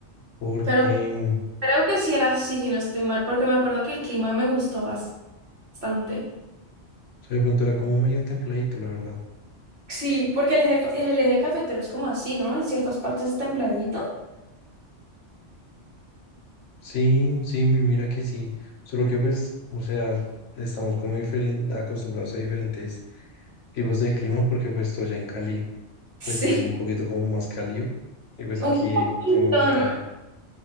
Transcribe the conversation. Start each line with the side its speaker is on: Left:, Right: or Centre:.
Left: porque
Right: pero
Left: mm, o
Right: creo que sí era así, si no estoy mal, porque me acuerdo que el clima me gustó bastante.
Left: sea, de pronto era como medio templadito, la verdad.
Right: Sí, porque el eje, el eje cafetero es como así, ¿no? En ciertas partes es templadito. <laughs>
Left: Sí, sí, mi- mira que sí. Solo que pues, o sea, estamos como diferen- acostumbrados a diferentes tipos de clima porque pues estoy allá en Cali.
Right: Sí,
Left: pues es un poquito como más cálido. Y pues aquí
Right: un poquito,
Left: eh, en Bogotá,
Right: ¿no?